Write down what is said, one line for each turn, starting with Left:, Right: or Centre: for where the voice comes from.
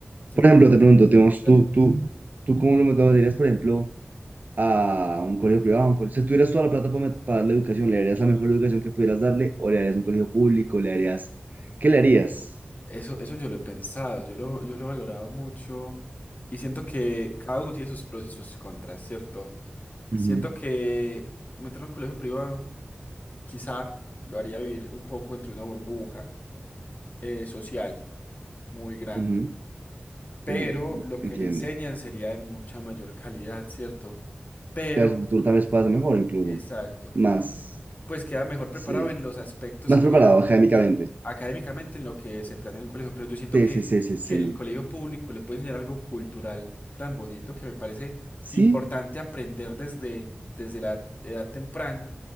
Left: Siento
Right: Por ejemplo,
Left: que,
Right: te pregunto, digamos,
Left: dale.
Right: ¿tú, tú, tú cómo lo meterías, por ejemplo, a un colegio privado? a un colegio- Si tuvieras toda la plata para, met- para darle educación, ¿le darías la mejor educación que pudieras darle? ¿O le harías un colegio público? ¿Le harías... ¿Qué le harías?
Left: Eso, eso yo lo he pensado, yo lo, yo lo he valorado mucho y siento que cada uno tiene sus pros y sus contras, ¿cierto? Siento
Right: Ujú,
Left: que meterlo en un colegio privado quizá lo haría vivir un poco entre una burbuja eh, social muy grande.
Right: ujú,
Left: pero
Right: te-
Left: lo
Right: Entiendo.
Left: que le enseñan sería de mucha mayor calidad, ¿cierto? Pero,
Right: Que a su futuro tal vez pase mejor incluso.
Left: exacto,
Right: Más,
Left: pues queda mejor preparado
Right: sí.
Left: en los aspectos
Right: Más
Left: que,
Right: preparado académicamente.
Left: que académicamente en lo que se planea en un colegio, pero yo siento
Right: Sí,
Left: que,
Right: sí, sí, sí, sí.
Left: que el colegio público le puede enseñar algo cultural tan bonito que me parece
Right: Sí,
Left: importante aprender desde, desde la edad temprana,